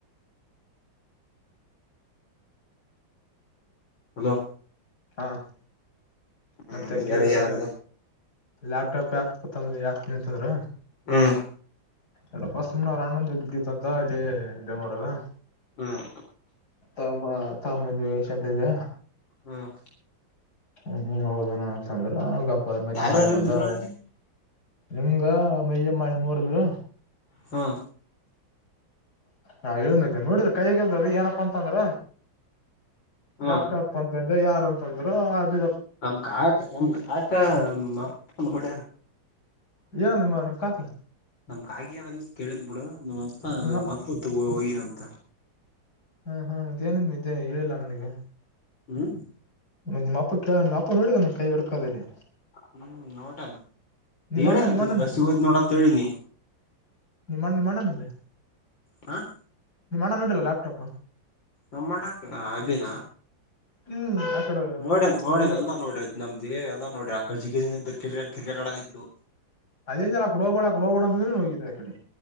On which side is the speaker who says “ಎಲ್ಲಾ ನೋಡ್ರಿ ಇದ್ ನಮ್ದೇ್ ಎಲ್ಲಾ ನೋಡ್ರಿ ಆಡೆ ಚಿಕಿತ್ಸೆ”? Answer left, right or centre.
Left